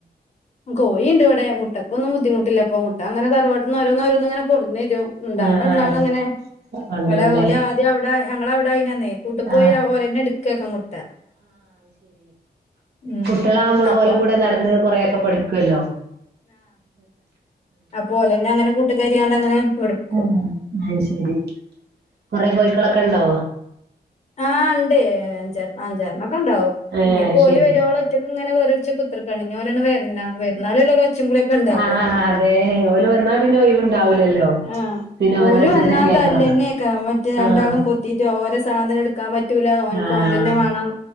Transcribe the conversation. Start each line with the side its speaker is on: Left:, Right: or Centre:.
Left: കോഴിണ്ട് ഇവിടെ മുട്ടക്കൊന്നും ബുദ്ധിമുട്ടില്ലപ്പ മുട്ട അങ്ങനെ തറവാട്ടുന്ന് ഓരോന്നോരോന്നിങ്ങനെ കൊടുന്ന രും ഇാണ്ടാവണ
Right: ആഹ്
Left: ഇണ്ടാവണ
Right: ആഹ്
Left: അങ്ങനെ
Right: കൊണ്ടരുല്ലേ
Left: ഇവിടെ ഓല് ആദ്യം അവിടെ ഞങ്ങളവിടെ അയ്‌ന കൂട്ടി പോയി
Right: ആഹ്
Left: ഓരന്നെ എടുക്കൊക്കെ മുട്ട ഉം
Right: കുട്ടികളാകുമ്പോൾ
Left: അപ്പൊ
Right: ഓല കൂടെ നടന്ന് കൊറെയൊക്കെ പഠിക്കുവല്ലോ
Left: അപ്പോ ഓലന്നെ അങ്ങനെ കൂട്ടുകാരിയണ്ട് അങ്ങനെ എടുക്കും
Right: ആ അ ശരി കൊറെ കോഴിക്കളൊക്കെ ണ്ടോ
Left: ആ ഉണ്ട് അഞ്ച അഞ്ചാരറിണം ഒക്കെ ഉണ്ടാവും
Right: ഏഹ്
Left: ഇനിപ്പോ
Right: ശരി
Left: ഓല് വരുവളോ ഒറ്റക്കെ ഇങ്ങനെ വേറിരി ത്തിരിക്കാണ് ഞ്ഞി ഓലന്നെ വരണം വരുന്നാലല്ലേ ഒരു ഒച്ചെ പൊളിയൊക്കെണ്ടാക
Right: ആഹ് അതെ ഓല് വന്നാ പിന്നെ ഒഴിവുണ്ടാവൂലല്ലോ
Left: ആഹ്
Right: പിന്നെ ഓരോരുത്തരത്
Left: ഓല് വന്നാ
Right: കേക്കണം
Left: തൊല്ലന്നെയാക്കും മറ്റേ ര
Right: ആഹ്
Left: ണ്ടാളും കൊത്തിയിട്ട് ഓരെ സാധനം എടുക്കാൻ പറ്റൂല ഓനക്ക്
Right: ആഹ്
Left: ഓന്റെ തന്നെ വേണം